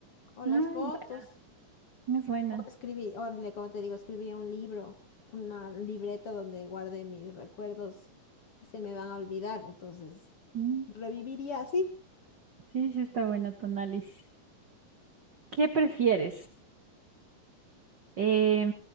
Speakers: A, on the left (about 55°); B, on the right (about 70°).
A: o las
B: ah,
A: fotos
B: es buena, es buena.
A: o escribir, o le- como te digo, escribiría un libro, una libreta donde guarde mis recuerdos que se me van a olvidar. Entonces,
B: Mm,
A: reviviría así,
B: Sí, sí está bueno tu análisis. ¿Qué prefieres? Eh,